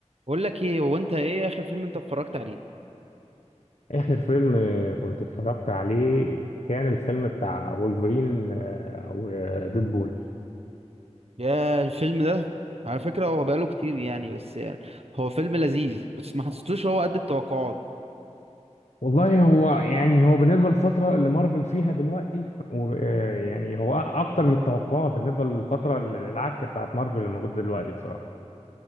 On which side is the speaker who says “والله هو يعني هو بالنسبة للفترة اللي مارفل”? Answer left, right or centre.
Left